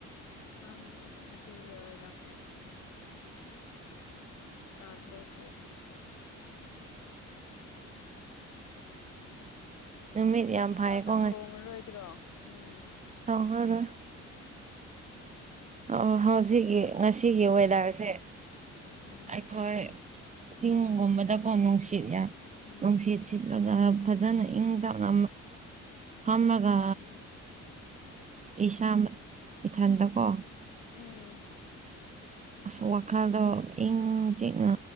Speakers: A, on the left; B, on the right.
A: ꯈꯪꯗ꯭ꯔꯦ ꯑꯗꯨ ꯑꯣꯏꯔꯝꯕꯅꯤ ꯇꯥꯟꯂꯦ ꯁꯤ
B: ꯅꯨꯃꯤꯠ ꯌꯥꯝ ꯐꯩꯌꯦꯀꯣ
A: ꯆꯥꯛꯀ ꯊꯣꯡꯉꯔꯣꯏꯗ꯭ꯔꯣ ꯎꯝ
B: ꯊꯣꯡꯉꯔꯣꯏ ꯑꯣ ꯍꯧꯖꯤꯛꯀꯤ ꯉꯁꯤꯒꯤ ꯋꯦꯗꯔꯁꯦ
A: ꯎꯝ
B: ꯑꯩꯈꯣꯏ ꯆꯤꯡꯒꯨꯝꯕꯗꯀꯣ ꯅꯨꯡꯁꯤꯠꯅ
A: ꯎꯝ
B: ꯅꯨꯡꯁꯤꯠꯁꯤ ꯐꯖꯅ ꯏꯪ ꯇꯞꯅ ꯍꯥꯝꯂꯒ
A: ꯎꯝ
B: ꯏꯁꯥ ꯏꯊꯟꯗꯀꯣ
A: ꯎꯝ
B: ꯑꯁ ꯋꯥꯈꯜꯗꯣ ꯏꯪ ꯆꯤꯛꯅ